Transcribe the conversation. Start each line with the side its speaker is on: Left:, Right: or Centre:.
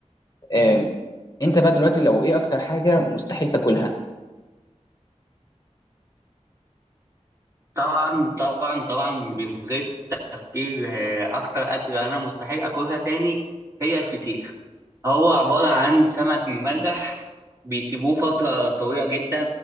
Left: واحده انت بقى دلوقتي لو ايه اكتر حاجه مستحيل تاكلها
Right: طبعا طبعا طبعا من غير تفكير آه، أكتر أكلة أنا مستحيل أكلها تاني هي الفسيخ هو عبارة عن سمك منجح بيسيبوه فترة طويلة جدا